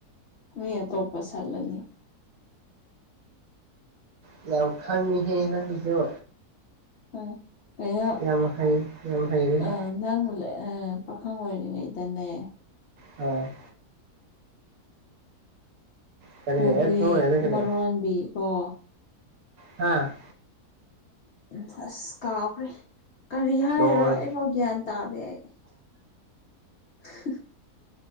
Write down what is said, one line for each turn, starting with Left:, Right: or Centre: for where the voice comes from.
Left: ꯃꯤ ꯑꯇꯣꯞꯄ ꯁꯠꯂꯅꯤ
Right: ꯏꯁ ꯌꯥꯝ ꯈꯡꯉꯤꯍꯦ ꯅꯪꯖꯨ
Left: ꯈꯪꯉꯦ ꯀꯩꯅꯣ
Right: ꯌꯥꯝ ꯍꯩ ꯌꯥꯝ ꯍꯩꯔꯦꯍꯦ
Left: ꯑꯥ ꯅꯪ ꯄꯥꯈꯪ ꯑꯣꯏꯔꯤꯉꯩꯗꯅꯦ
Right: ꯍꯣꯏ ꯀꯔꯤ
Left: ꯎꯝ <unintelligible>
Right: ꯑꯩ ꯄꯥꯈꯪ ꯑꯣꯏꯔꯤꯉꯩꯗ ꯀꯔꯤ
Left: ꯃꯔꯣꯟꯕꯤꯔꯣ
Right: ꯍꯥ
Left: ꯎꯝ ꯑꯁ ꯀꯥꯎꯈ꯭ꯔꯦ ꯀꯔꯤ ꯍꯥꯏꯔꯤꯔꯥ
Right: ꯂꯣꯏ
Left: ꯑꯩꯐꯥꯎ ꯒ꯭ꯌꯥꯟ ꯇꯥꯗꯦ ꯑꯩ ꯎ <unintelligible>